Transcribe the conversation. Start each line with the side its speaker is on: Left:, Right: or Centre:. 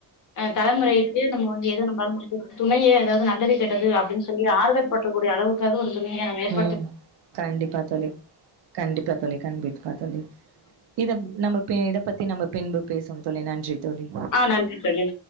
Left: தலைமுறையிட்டு நம்மோ வந்து எது நம்பலால முடிஞ்சிரு துணையே து அது நல்லது கேட்டது அப்டின் சொல்லி ஆறுதல் பற்றக்கூடிய அளவுக்காது ஒரு துனயா நா முயர்சி
Right: உம் கண்டிப்பா தோழி கண்டிப்பா தோழி கண்பிட் பா தோழி இதெப் நம்ம பே இத பத் தி நம்ப பின்பு பேசுவோம் தோழி நன்றி தோழி
Left: ஆஹ் நன்றி தோழி